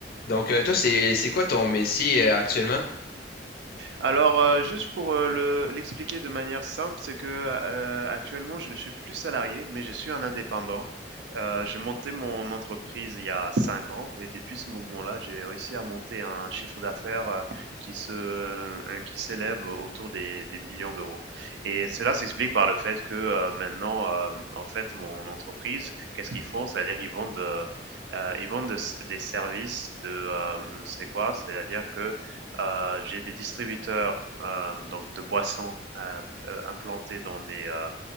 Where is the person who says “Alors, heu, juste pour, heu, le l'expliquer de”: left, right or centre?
Right